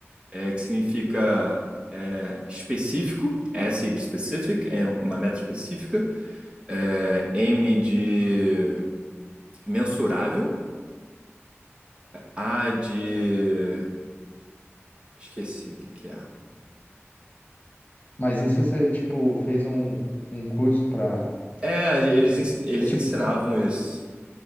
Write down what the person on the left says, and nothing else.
Mas isso você, tipo, fez um, um curso pra.
Tipo,
é tipo.